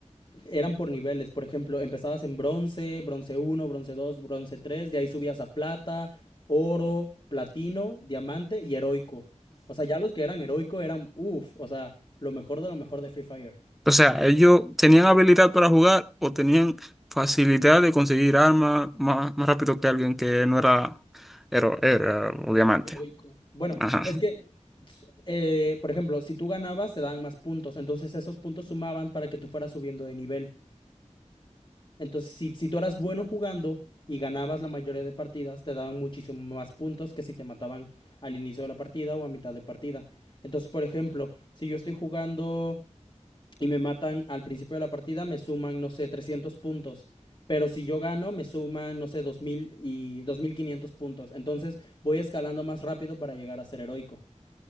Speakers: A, on the left; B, in the centre.
A: eran por niveles, por ejemplo, empezabas en bronce, bronce uno bronce dos bronce tres de ahí subías a plata, oro, platino, diamante y heroico. O sea, ya los que eran heroico eran, uff, o sea, lo mejor de lo mejor de Free Fire.
B: O sea, ellos tenían habilidad para jugar o tenían facilidad de conseguir armas más, más rápido que alguien que no era héroe, era obviamente.
A: Heroico. Bueno,
B: Ajá.
A: es que, eh, por ejemplo, si tú ganabas, te daban más puntos, entonces esos puntos sumaban para que tú fueras subiendo de nivel. Entonces, si, si tú eras bueno jugando y ganabas la mayoría de partidas, te daban muchísimo más puntos que si te mataban al inicio de la partida o a mitad de partida. Entonces, por ejemplo, si yo estoy jugando y me matan al principio de la partida, me suman, no sé, 300 puntos. Pero si yo gano, me suman, no sé, 2000 y 2500 puntos. Entonces voy escalando más rápido para llegar a ser heroico.